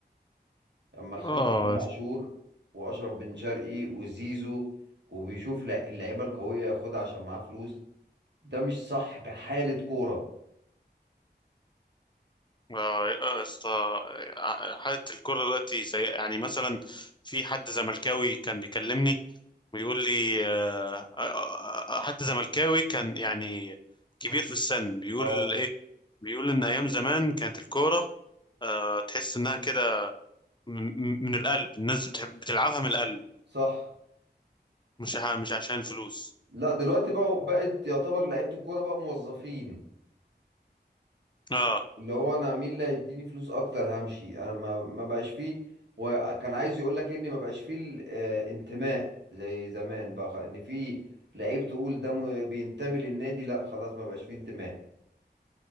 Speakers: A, on the right (about 80°); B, on the left (about 25°).
A: لما خد
B: اه
A: امام عاشور واشرف بن شرقي وزيزو وبيشوف لع- اللعيبه القويه ياخدها عشان معاه فلوس ده مش صح كحاله كوره
B: آه، آه، اسطى، آه، آه، حالة الكرة دلوقتي زي يعني مثلا في حد زملكاوي كان بيكلمني ويقول لي آه، آه، آه، آه، حد زملكاوي كان يعني كبير في السن بيقول
A: اه
B: ايه بيقول ان ايام زمان كانت الكورة آه، تحس انها كده م- م- من القلب الناس بتحب بتلعبها من القلب
A: صح
B: مش ع- مش عشان فلوس
A: لا دلوقتي بقوا بقت يعتبر لعيبه الكوره بقوا موظفين
B: اه
A: اللي هو انا مين اللي هيديني فلوس اكتر همشي انا ما ما بقاش فيه وكان عايز يقول لك اني ما بقاش فيه الانتماء زي زمان بقى خ- ان في لعيب تقول ده م- بينتمي للنادي لا خلاص ما بقاش فيه انتماء